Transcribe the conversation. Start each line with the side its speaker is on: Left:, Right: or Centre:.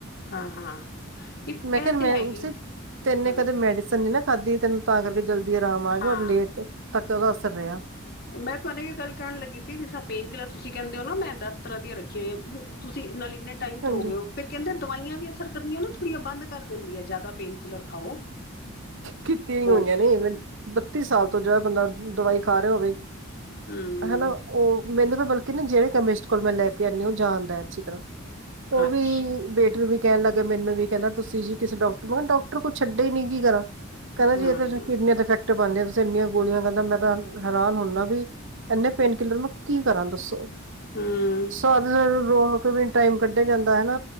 Left: ਹਾਂ ਹਾਂ ਇਹ
Right: ਮੈਂ ਕਿਹਾ ਮੈਂ
Left: ਤੇ ਹੈਗੀ
Right: ਤੈਨੇ
Left: ਹੂੰ
Right: ਕਦੇ ਮੈਡੀਸਨ ਨਾ ਤਦੀ ਤੈਨੂੰ ਤਾਂ ਕਰਕੇ ਜਲਦੀ ਆਰਾਮ ਆ ਜਾਏ
Left: ਹਾਂ
Right: ਔਰ ਲੇਟ ਤੱਕ ਦੱਸ ਰਿਹਾ।
Left: ਮੈਂ ਤੁਆਨੂੰ ਏਈਉ ਗੱਲ ਕੇਣ ਲੱਗੀ ਸੀ, ਜਿਸ ਰਾ ਪੇਨ ਕਿਲਰ ਤੁਸੀਂ ਕੇਂਦੇ ਔ ਨਾ, ਮੈਂ ਦਸ ਤਰ੍ਹਾਂ ਦੀਆਂ ਰੱਖੀਆਂ ਹੋਈਆਂ, ਹੁਣ ਤੁਸੀਂ ਨਾਲ ਇੰ ਟਾਈਮ
Right: ਹਾਂਜੀ
Left: ਤੋਂ ਔ ਗੇ ਔ, ਫਿਰ ਕਹਿੰਦੇ ਦਵਾਈਆਂ ਵੀ ਅਸਰ ਕਰਨੀਆਂ ਨਾ ਥੋਡੀਆਂ ਬੰਦ ਕਰ ਦੇਂਦੀਆਂ, ਜਾਦਾ ਪੇਨ ਕਿਲਰ ਖਾਓ।
Right: ਕੀਤੀਆਂ ਈ
Left: ਉਹ
Right: ਹੋਈਆਂ ਨੇ, ਬੱਤੀ ਸਾਲ ਤੋਂ ਜੇਅੜਾ ਬੰਦਾ ਦਵਾਈ ਖਾ ਰੇਆ ਹੋਵੇ
Left: ਹੂ,,,
Right: ਹਨਾ ਉਹ ਮੈਨੂੰ ਤਾਂ ਬਲਕਿ ਨਾ ਜਿਹੜੇ ਕੈਮਿਸਟ ਕੋਲ ਮੈਂ ਲੈ ਕੇ ਆਉਂਦੀ ਉਹ ਜਾਣਦਾ ਅੱਛੀ ਤਰ੍ਹਾਂ ਉਹ
Left: ਅੱਛਾ
Right: ਵੀ ਬੇਟੇ ਨੂੰ ਵੀ ਕਹਿਣ ਲੱਗੇ ਮੈਨੂੰ ਵੀ ਕਹਿੰਦਾ ਤੁਸੀਂ ਜੀ ਕਿਸੇ ਡਾਕਟਰ ਡਾਕਟਰ ਕੁ ਛੱਡ ਨੀ ਕੀ ਕਰ ਕਹਿੰਦੇ
Left: ਹਮ
Right: ਜੀ ਇਹ ਕਿਡਨੀਆ ਤੇ ਇਫੈਕਟ ਪਾਉਂਦੀਆਂ ਤੁਸੀਂ ਇੰਨੀਆਂ ਗੋਲੀਆਂ ਕਰਦਾ ਮੈਂ ਤਾਂ ਹੈਰਾਨ ਹੁੰਦਾ ਵੀ ਇਹਨੇ ਪੇਨ ਕਿਲਰ ਕੀ ਕਰਾਂ ਦੱਸੋ
Left: ਹੂ,,,
Right: ਸਾਧਨ ਰੋ ਕੇ ਵੀ ਟਾਈਮ ਕੱਢਿਆ ਜਾਂਦਾ ਹਨਾ